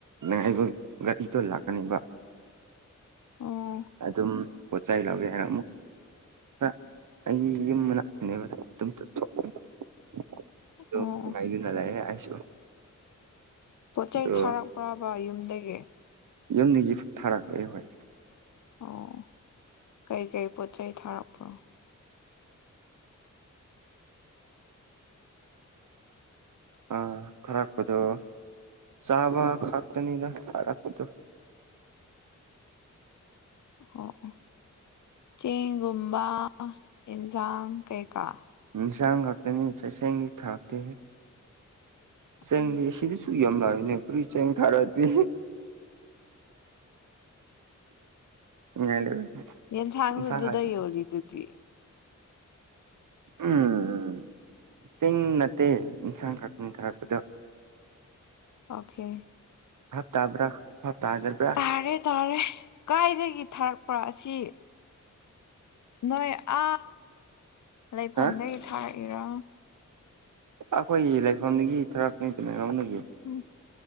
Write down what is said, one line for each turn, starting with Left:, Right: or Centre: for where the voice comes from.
Right: ꯉꯥꯏꯕ ꯒꯥꯔꯤꯗꯣ ꯂꯥꯛꯀꯅꯦꯕ
Left: ꯑꯣ
Right: ꯑꯗꯨꯝ ꯄꯣꯠꯆꯩ ꯂꯧꯒꯦ ꯍꯥꯏꯔ ꯑꯃꯨꯛ ꯈ ꯑꯩꯒꯤ ꯌꯨꯝ ꯃꯅꯥꯛꯄꯅꯦꯕꯗ ꯑꯗꯨꯝ ꯆ ꯑꯗꯨ
Left: ꯑꯣ ꯑꯣ
Right: ꯃꯥꯏꯗꯨꯅ ꯂꯩꯌꯦ ꯑꯩꯁꯨ
Left: ꯄꯣꯠ ꯆꯩꯩ
Right: ꯑꯗꯣ
Left: ꯊꯥꯔꯛꯄ꯭ꯔꯕ ꯌꯨꯝꯗꯒꯤ
Right: ꯌꯨꯝꯗꯒꯤ ꯊꯥꯔꯛꯂꯦ ꯍꯣꯏ
Left: ꯑꯣ ꯀꯩꯀꯩ ꯄꯣꯠ ꯆꯩꯩ ꯊꯥꯔꯛꯄ꯭ꯔꯣ
Right: ꯑꯥ ꯊꯥꯔꯛꯄꯗꯣ ꯆꯥꯕ ꯈꯥꯛꯇꯅꯤꯅ ꯊꯥꯔꯛꯄꯗꯣ
Left: ꯑꯣ ꯆꯦꯡꯒꯨꯝꯕ ꯌꯦꯟꯁꯥꯡ ꯀꯩꯀꯥ
Right: ꯏꯟꯁꯥꯡ ꯈꯥꯛꯇꯅꯤ ꯆꯁꯦꯡꯗꯤ ꯊꯥꯔꯛꯇꯦ ꯆꯦꯡꯗꯤ
Left: ꯎꯝ
Right: ꯁꯤꯗꯁꯨ ꯌꯥꯝꯂꯥꯏꯕꯅꯦ ꯄꯨꯔꯤ ꯆꯦꯡ ꯊꯥꯔꯛꯗꯤ ꯉꯥꯏ
Left: ꯌꯦꯟꯁꯥꯡꯁꯨꯗꯨꯗ
Right: ꯏꯟꯁꯥꯡ ꯈꯛꯇꯅꯤ
Left: ꯌꯣꯜꯂꯤꯗꯨꯗꯤ
Right: ꯎꯝ ꯆꯤꯡ ꯅꯠꯇꯦ ꯏꯟꯁꯥꯡ ꯀꯛꯄꯅꯤ ꯊꯥꯔꯛꯄꯗꯣ
Left: ꯑꯣꯀꯦ
Right: ꯕꯥꯞꯇꯥꯕ꯭ꯔ ꯕꯥꯞꯇꯥꯗꯕꯔꯥ
Left: ꯇꯥꯔꯦ ꯇꯥꯔꯦ ꯀꯥꯏꯗꯒꯤ ꯊꯥꯔꯛꯄ ꯑꯁꯤ ꯅꯣꯏ ꯑꯥ ꯂꯩꯐꯝꯗꯒꯤ
Right: ꯍꯥ
Left: ꯊꯥꯔꯛꯏꯔꯥ
Right: ꯑꯩꯈꯣꯏꯒꯤ ꯂꯩꯐꯝꯗꯒꯤ ꯊꯔꯛꯅꯤꯗꯃꯍꯧꯅꯒꯤ
Left: ꯝ